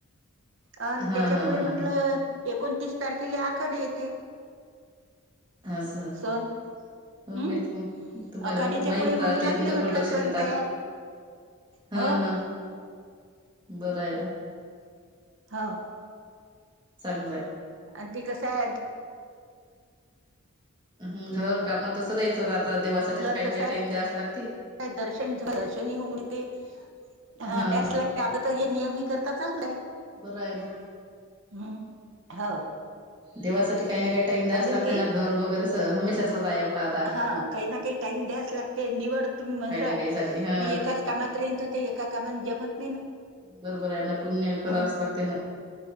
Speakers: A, on the right; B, on the right.
A: अ नं
B: हा
A: त्याच्या
B: हा
A: पुढे
B: हा
A: म्हटल एकोणतीस तारखेला आखाडी येते.
B: अस हो
A: सण हम्म
B: बाय त तुम्हाला
A: आखाडीच्या
B: माहीतचं
A: पुढे मग
B: हा
A: लागले
B: ते तुम्ही भरपूर
A: म्हटलं
B: लक्ष
A: सण
B: देता
A: तयार
B: हा
A: हो
B: हा बरं हाय ना
A: हा
B: चांगलंय.
A: आणि ते कस आहे
B: हं घर काम तसं द्यायचं ना आता देवासाठी
A: आपलं
B: तर काय
A: कसं
B: ना काय टाईम द्यायच लाग
A: दर्शन दर्शनी होतें हाभ्यांस
B: हा हा
A: लागते आतां तरं हे नेहमी कर आता चालतं
B: बरं आहे ना
A: ह् हो
B: देवासांठी कांहीं ना कांहीं टाईम द्यायचं
A: अजून
B: लागते
A: काही
B: ना घरं वगैरे अस हमेशाच आहे आपलं आता
A: हा कांहीं ना कांहीं टाईम द्यास लागते निवड तुम्हीं म्हणसांल
B: काही ना काही साठी हा
A: मी एकाचं कामांत राहीन तरं ते एकां कामांत जमतं
B: बरबरा आहे नां पुण्यं करावचं
A: अ
B: लागते ना